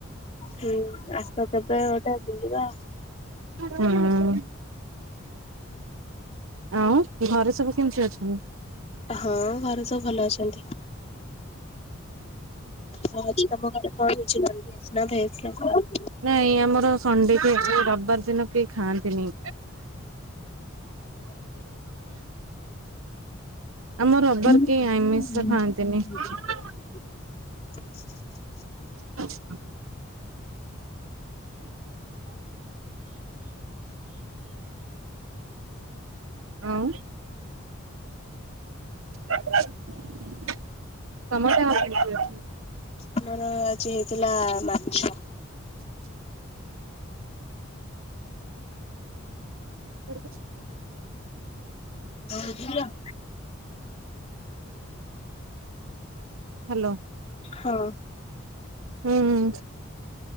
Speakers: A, on the left; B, on the right.
A: ହୁଁ ଆସକେବେ ଗୋଟେ ବୁଲିବା
B: ହୁଁ ଆଉ ଘରେ ସବୁ କେମିତି ଅଛନ୍ତି?
A: ହଁ ଘରେ ସବୁ ଭଲ ଅଛନ୍ତି। ହଁ ତମ ଘରେ କଣ ହେଇଛି ନନ୍ଭେଜ ନା ଭେଜ ନା କଣ?
B: ନାଇଁ ଆମର ସଣ୍ଡେ <unintelligible> ରବିବାର ଦିନ କେହି ଖାଆନ୍ତିନି ଆମ ରବବାର୍
A: ଆମର
B: କେଇ ଆମିଷ ଖାଆନ୍ତିନି ହାଁ
A: <inaudible>
B: <inaudible> ଆଁ ଉଁ <inaudible> ତମ ଟା ଆଉ କେମିତି ଅଛି
A: ଆମର ଆଜି ହେଇ ଲା ମାଛ
B: <inaudible> <unintelligible>
A: ହଉ ଦିଅ <inaudible>
B: ହାଲୋ
A: ହଁ
B: ହୁଁ ଉଁ